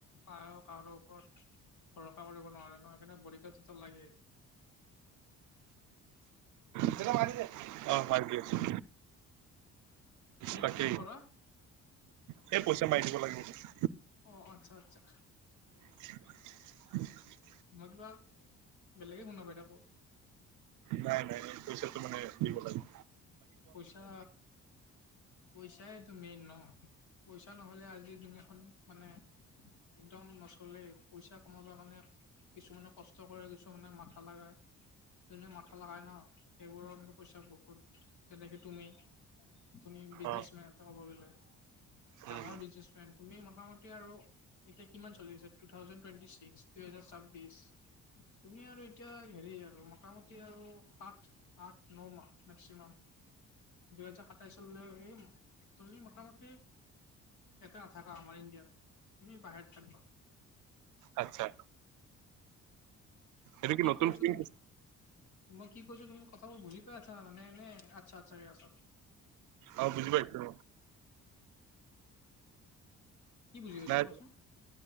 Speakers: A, on the left (about 75°); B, on the right (about 75°).
A: কা কাৰো ওপৰত ভৰষা কৰিব নোৱাৰে নহয় সেইকাৰণে বডীগাৰ্ডতো লাগে
B: দেতাই মাতিছে আহ, ভাবি আছোঁ,
A: কি
B: তাকেই।
A: কি কৰা
B: সেই পইচা মাৰি দিব লাগিবটো।
A: অ' আচ্ছা আচ্ছা।
B: <inaudible>
A: মই কিবা বেলেগে শুনা পাই থাকো।
B: নাই নাই, এই পইচাটো মানে দিব লাগিব।
A: পইচা পইচাইটো মেন ন'? পইচা নহ'লে আজি দুনীয়াখন মানে একদম নচলেই, পইচা কমাব কাৰণে কিছুমানে কষ্ট কৰে, কিছুমানে মাথা লগায়। যোনে মাথা লগাই ন', সেইবোৰৰ কিন্তু পইচা বহুত। তেনেকে তুমি তুমি বিজনেচমেন
B: অ
A: ক'ব গ'লে,
B: উম
A: ডাঙৰ বিজনেচ তুমি মোটামতি, আৰু এতিয়া কিমান চলি আছে টু থাউজেন টুৱেন্টি ছিক্স, দুই হাজাৰ চাব্বিশ। তুমি আৰু এতিয়া হেৰি, আৰু মোটামুটি আৰু সাত, আঠ, ন, মাহ মেক্সিমাম। দুহেজাৰ সাতাইশ চনলৈ <unintelligible> তুমি মোটামুটি ইয়াতে নাথাকা আমাৰ ইণ্ডিয়াত, তুমি বাহিৰত থাকিবা।
B: আচ্ছা। এইটো
A: মই কি
B: নতুন
A: কৈছোঁ?
B: ফিল্ম
A: তুমি মই কি কৈছোঁ, তুমি কথাবোৰ বুজি পাই আছা মানে নে? আচ্ছা, আচ্ছাকে আছা।
B: অ', বুজি পাইছো।
A: কি বুজি পাইছা
B: নাই
A: কোৱাচোন?